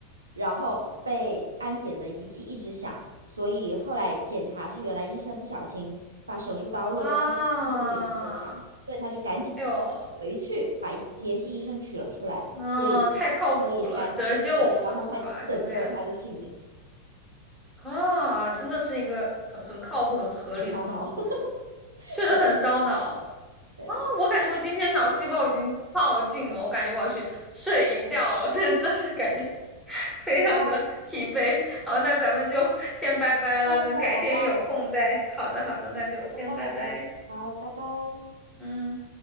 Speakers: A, on the right (about 75°); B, in the centre.
A: 然后被安检的仪器一直响，所以后来检查是原来医生不小心把手术刀落在他体内，
B: 啊！
A: 所以才会响，所以他就赶紧
B: 哎呦，
A: 回去把医联系医生取了出来，
B: 嗯、啊太靠谱了，
A: 所以所以在对，
B: 得救了是吧？
A: 然后才拯救了他的性命，
B: 就这样啊，真的是一个很很靠谱、很合理的这么个故事，
A: 很烧脑，<laughs>
B: 确实很烧脑。
A: 对。对，
B: 我感觉我今天脑细胞已经耗尽了，我感觉我要去睡一觉了。我现在真的感觉 <laughs> 非常的疲惫。
A: 好吧，
B: 好，那咱们就先拜拜了，
A: 下次再玩吧。
B: 等改天有空再。好的，好的，那就先拜拜。
A: 好的，好的，好，拜拜。
B: 嗯。